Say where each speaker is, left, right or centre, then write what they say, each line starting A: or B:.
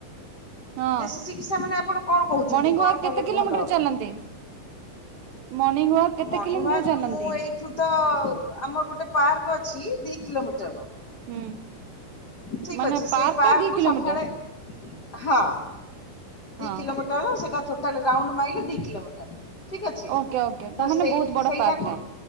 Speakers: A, on the right; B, on the left.
A: ହଁ
B: ଦେଶୀ ଚିକିତ୍ସା ମାନେ ଆପଣ କଣ କହୁଛନ୍ତି
A: ମର୍ଣ୍ଣିଂ
B: କଣ
A: ୱାକ୍ କେତେ
B: କଲେ
A: କିଲୋମିଟର
B: ଭଲ ହବ?
A: ଚାଲନ୍ତି ମର୍ଣ୍ଣିଂ ୱାକ୍
B: ଆ
A: କେତେ
B: ମର୍ଣିଂୱାର୍କ
A: କିଲୋମିଟର ଚାଲନ୍ତି
B: ମୁଁ ଏଇଠୁ ତ ଆମର ଗୋଟେ ପାର୍କ ଅଛି ଦି କିଲୋମିଟରର।
A: ହୁଁ
B: ଠିକ
A: ମାନେ
B: ଅଛି।
A: ପାର୍କ
B: ସେଇ ପାର୍କକୁୁ
A: ଟା ଦି କିଲୋମିଟର
B: ସଖାଳେ ହଁ ଦି
A: ହଁ
B: କିିଲୋମିଟର
A: ହଁ
B: ସେଟା ଟୋଟାଲ୍ ରାଉଣ୍ଡ ମାଇଲେ ଦି କିଲୋମିଟର ଠିକ୍ ଅଛି।
A: ଓକେ ଓକେ ତା
B: ତ
A: ମାନେ
B: ସେଇ
A: ବହୁତ ବଡ
B: ସେଇଟାକୁ
A: ପାର୍କ ଟା